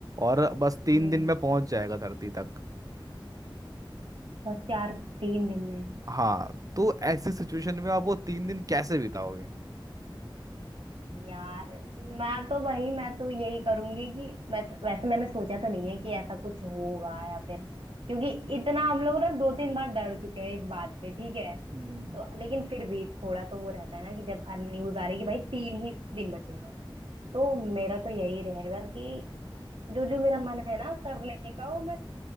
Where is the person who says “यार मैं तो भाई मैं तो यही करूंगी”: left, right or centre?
Right